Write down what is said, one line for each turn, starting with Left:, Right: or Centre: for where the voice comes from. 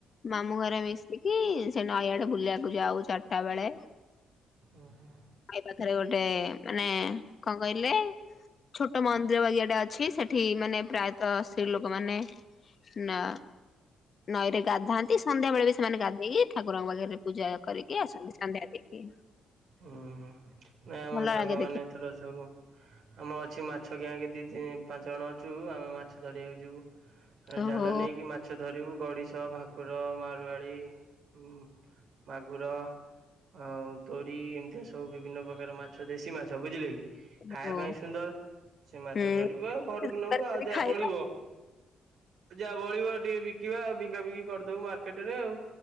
Left: ମାମୁଁ ଘରେ ମିଶିକି ସେ ନଈଆଡେ ବୁଲିବାକୁ ଯାଉ ଚାରିଟା ବେଳେ
Right: ଓହୋ।
Left: ନଈ ପାଖରେ ଗୋଟେ ମାନେ କଣ କହିଲେ ଛୋଟ ମନ୍ଦିର ବାଗିଆଟେ ଅଛି, ସେ ଠି ମାନେ ପ୍ରାୟତଃ ସ୍ତ୍ରୀ ଲୋକମାନେ ନା ନଈରେ ଗାଧାନ୍ତି, ସନ୍ଧ୍ୟାବେଳେ ବି ସେମାନେ ଗାଧେଇକି ଠାକୁରଙ୍କ ପାଖରେ ପୂଜା କରିକି ଆସନ୍ତି, ସନ୍ଧ୍ୟା ଦେଇକି।
Right: ହୁଁ ହୁଁ ନାଇଁ ଆମ
Left: ଭଲ
Right: ସାଙ୍ଗମାନେ
Left: ଲାଗେ ଦେଖିବାକୁ
Right: ଏଥର ସବୁ ଆମ ଅଛି ମା ମାଛ ଗ୍ୟାଙ୍ଗ ଦି ତିନି ପାଞ୍ଚ ଜଣ ଅଛୁ, ଆମେ ମାଛ ଧରିବାକୁ ଯିବୁ। ଆମେ
Left: ଓହୋ
Right: ଜାଲ ନେଇକି ମାଛ ଧରିବୁ ଗଡିଶ, ଭାକୁର, ମାରୁଆଳି, ଉମ୍ ମାଗୁର ଆଉ ତୋରି ଏମିତିଆ ସବୁ ବିଭିନ୍ନ ପ୍ରକାର ମାଛ ଦେଶୀ ମାଛ, ବୁଝିଲେ କି
Left: ଓହୋ
Right: ଖାଇବା ପାଇଁ ସୁନ୍ଦର, ସେ ମାଛ
Left: ହୁଁ
Right: ଧରିବ ଆଉ ଘରକୁ ନବୁ,
Left: ତରକାରୀ
Right: ଆଉ ଯାହା
Left: ଖାଇବା
Right: ବଳିବ ଯାହା ବଳିବ ଟିକେ ବିକିବା, ବିକା ବିକି କରିଦବୁ ମାର୍କେଟରେ ଆଉ।